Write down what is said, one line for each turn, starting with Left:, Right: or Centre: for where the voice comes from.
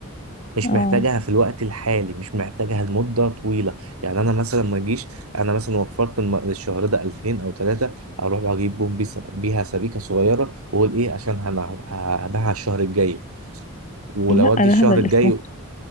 Right: مش
Left: اه
Right: محتاجها في الوقت الحالي مش محتاجها لمدة طويلة يعني أنا مثلا ما أجيش أنا مثلا وفرت الم- الشهر ده 2000 أو 3 أروح أجيب بوم بيس- بيها سبيكة صغيرة وأقول إيه عشان هن- هبيعها الشهر الجاي ولو
Left: لا
Right: اجي
Left: ده
Right: الشهر
Left: هبل
Right: الجاي
Left: اسمه